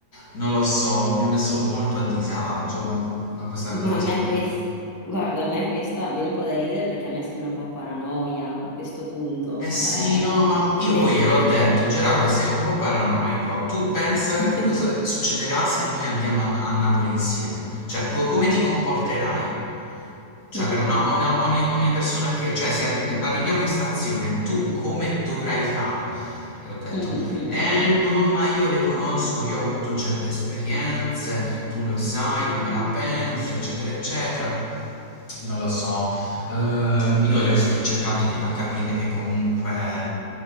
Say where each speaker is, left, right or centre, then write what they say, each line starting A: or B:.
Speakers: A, on the left (about 55°); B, on the left (about 15°).
A: Non lo so, mi ha messo molto a disagio ma questa
B: Ma
A: cosa.
B: a me questo, guarda, a me questa viene un po' da ridere perché a me sembra un po' paranoia a questo punto,
A: Eh sì,
B: cioè,
A: no, ma io
B: ve-
A: poi gliel'ho detto, Gerardo, sei un po' paranoico. Tu pensa
B: <laughs>
A: che cosa succederà se noi andiamo a, a Napoli insieme? Cioè, co- come ti comporterai? Cioè,
B: Mm,
A: per una- una- ogni, ogni persona che... Cioè, se an- arriviamo in stazione, tu come dovrai fare? Io ho detto,
B: mm, mm,
A: eh
B: mm,
A: no, ma io le conosco, io ho avuto certe esperienze, tu lo sai
B: mm.
A: come la penso, eccetera, eccetera non lo so, ehm, io gli ho spi- cercato di far capire che comunque eh,